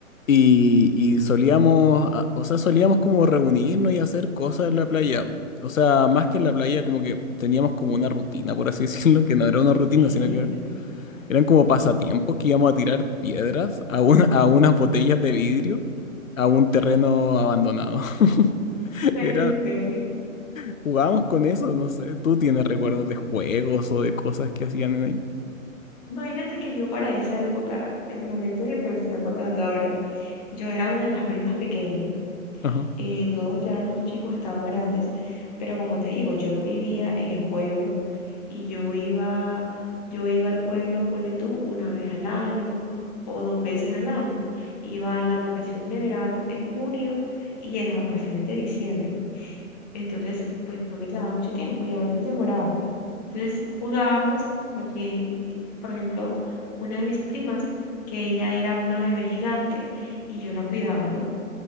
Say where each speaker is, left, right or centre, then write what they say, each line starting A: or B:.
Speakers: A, on the left (about 70°); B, on the left (about 30°).
A: Y, y solíamos, a- o sea, solíamos como reunirnos y hacer cosas en la playa. O sea, más que en la playa, como que teníamos como una rutina, por así <laughs> decirlo, que no era una rutina,
B: Qué lindo.
A: sino que era- eran como pasatiempos que íbamos a tirar piedras a, un- a unas botellas de vidrio a un terreno abandonado. <laughs>
B: Okay,
A: Era,
B: okay.
A: Jugábamos
B: Mm,
A: con eso, no sé. ¿Tú tienes recuerdos de juegos o de cosas que hacían en ahí?
B: Imagínate que yo para esa época, el momento en el que me estoy acordando ahora, yo era una de las primas pequeñas, ¿no?
A: Ajá.
B: Eh, todos ya los chicos estaban grandes, pero como te digo, yo no vivía en el pueblo y yo iba, yo iba al pueblo, ponle tú, una vez al año o dos veces al año. Iba en las vacaciones de verano, en junio y en las vacaciones de diciembre. Entonces, pues no me quedaba mucho tiempo y a veces demoraba. Entonces jugábamos a que, eh, por ejemplo, una de mis primas, que ella era una bebé gigante y yo la cuidaba, ¿no?